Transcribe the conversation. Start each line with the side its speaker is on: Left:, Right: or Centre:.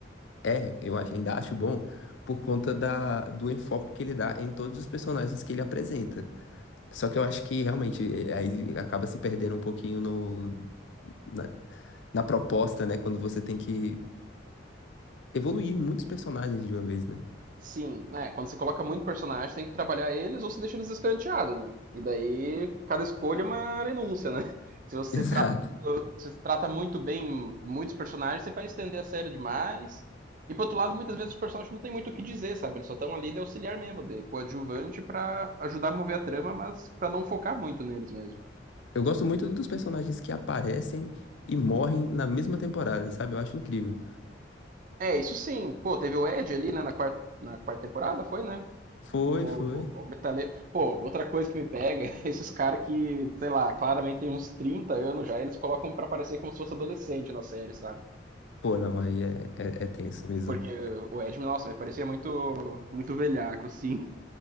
Left: é, eu acho, ainda acho bom, por conta da, do enfoque que ele dá em todos os personagens que ele apresenta. Só que eu acho que realmente, é, aí acaba se perdendo um pouquinho no, na, na proposta, né? Quando você tem que evoluir muitos personagens de uma vez, né?
Right: Sim, né? Quando você coloca muito personagem, tem que trabalhar eles ou você deixa eles escanteados, né? E daí cada escolha é uma renúncia, né? <laughs> Se você
Left: <laughs> Exato.
Right: trata, muito- se você trata muito bem muitos personagens, você vai estender a série demais. E por outro lado, muitas vezes os personagens não têm muito o que dizer, sabe? Eles só estão ali de auxiliar mesmo, de coadjuvante pra ajudar a mover a trama, mas pra não focar muito neles mesmo.
Left: Eu gosto muito dos personagens que aparecem e morrem na mesma temporada, sabe? Eu acho incrível.
Right: É, isso sim. Pô, teve o Ed ali, né, na quarta, na quarta temporada, foi, né?
Left: Foi,
Right: O,
Left: foi.
Right: o metaleiro. Pô, outra coisa que me pega <laughs> é esses caras que, sei lá, claramente tem uns 30 anos já, eles colocam pra parecer como se fosse adolescente na série, sabe?
Left: Pô, não, aí é, é, é tenso mesmo.
Right: Porque o Edmund, nossa, ele parecia muito, muito velhaco, assim.